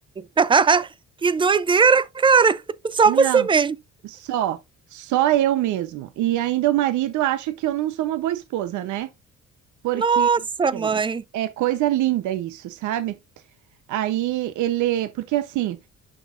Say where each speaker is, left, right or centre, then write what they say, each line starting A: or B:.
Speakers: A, on the right; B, on the right.
A: <laughs> Que doideira! <laughs> Só
B: Não,
A: você mesmo.
B: só. Só eu mesmo. E ainda o marido acha que eu não sou uma boa esposa, né? Porque
A: Nossa,
B: é
A: mãe.
B: é coisa linda isso, sabe? Aí ele, porque assim,